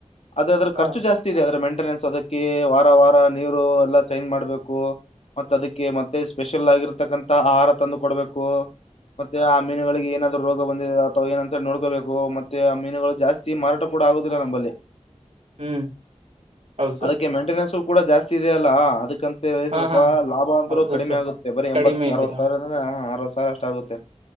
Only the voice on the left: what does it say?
ಆದ್ರೆ ಅದ್ರ
ಖರ್ಚು ಜಾಸ್ತಿ ಇದೆ ಅದ್ರ ಮೆಂಟ. ಮಂಟನೆನ್ಸ್ ಅದಕ್ಕೆ ವಾರ ವಾರ ನೀರು ಎಲ್ಲಾ ಚೇಂಜ್ ಮಾಡ್ಬೇಕು ಮತ್ತ ಅದಕ್ಕೆ ಮತ್ತೆ. ಸ್ಪೆಷಲ್ ಆಗಿರತಕ್ಕಂತ ಆಹಾರ ತಂದು ಕೊಡ್ಬೇಕು ಮತ್ತೆ. ಮೀನುಗಳಿಗೆ ಏನಾದ್ರು ರೋಗ ಬಂದಿದೆ ಅಥವಾ ಏನಂತ ನೋಡ್ಕೋಬೇಕು ಮತ್ತೆ. ಮೀನುಗಳು ಜಾಸ್ತಿ ಮಾರಾಟ ಕೂಡ ಆಗುವುದಿಲ್ಲ ನಂಬಲ್ಲಿ
ಅದಕ್ಕೆ ಮೇಂಟೆನೆನ್ಸ್. ಕೂಡ ಜಾಸ್ತಿ ಇದೆ ಅಲ್ಲ ಅದಕ್ಕಂತ
ಸ್ವಲ್ಪ
ಲಾಭ ಅಂದ್ರು.
ಕಡಿಮೆ
ಆಗುತ್ತೆ ಬರೀ
ಎಂಬತ್
ಅರವತ್ತು ಸಾವಿರ ಅಂದ್ರ ಅರವತ್ತ್ತು ಸಾವಿರ ಅಷ್ಟ ಆಗುತ್ತೆ.